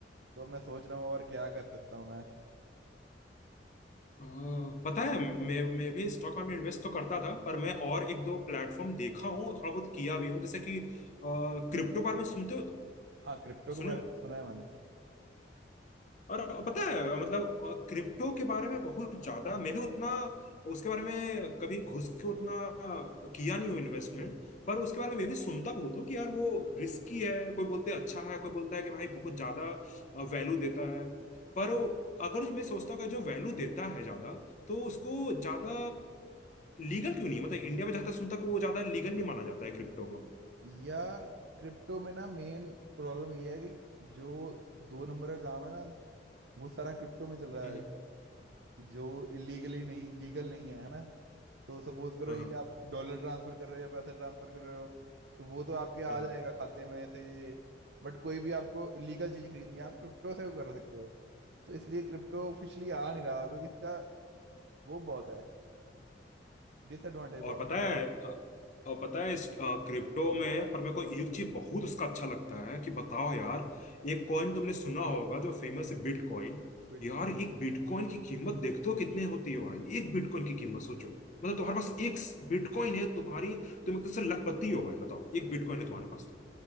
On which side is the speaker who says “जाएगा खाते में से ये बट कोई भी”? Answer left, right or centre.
Right